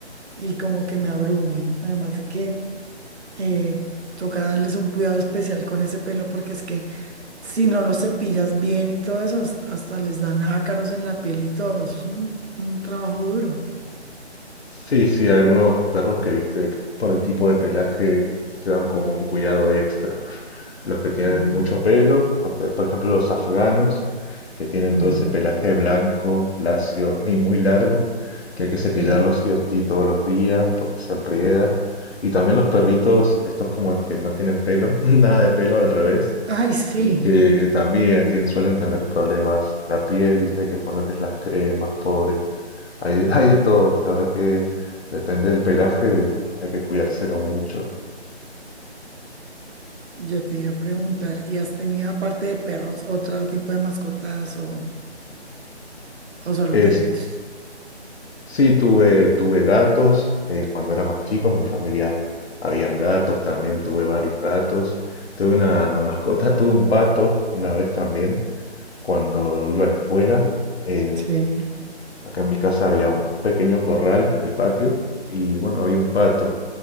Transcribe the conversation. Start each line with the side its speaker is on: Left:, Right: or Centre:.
Right: y como que me abrumo. Además de que eh, toca darles un cuidado especial con ese pelo, porque es que si no los cepillas bien y todo eso, hasta hasta les dan ácaros en la piel y todo. Eso es un, un trabajo duro.
Left: Sí, sí, algunos perros que viste que por el tipo de pelaje te dan como un cuidado extra. Los que tienen
Right: Mm,
Left: mucho pelo, no sé, por ejemplo los afganos, que tienen
Right: mm,
Left: todo ese pelaje blanco, lacio y muy largo, que hay que cepillarlos
Right: sí.
Left: sí o sí todos los días porque se enrieda. Y también los perritos, estos como los que no tienen pelo, <laughs> nada de pelo al revés,
Right: Ay, sí.
Left: y que también tienen- suelen tener problemas en la piel, viste, hay que ponerles las cremas, pobres. Hay, <laughs> hay de todo, la verdad que depende del pelaje, hay que cuidárselo mucho.
Right: Yo te iba a preguntar, ¿y has tenido aparte de perros otro tipo de mascotas o, o solo
Left: Es,
Right: perritos?
Left: sí, tuve, tuve gatos eh, cuando era más chico, en mi familia habían gatos, también tuve varios gatos. Tuve una mascota, <laughs> tuve un pato una vez también, cuando iba a la escuela. En-
Right: Sí.
Left: acá en mi casa había un, un pequeño corral en el patio y bueno, había un pato.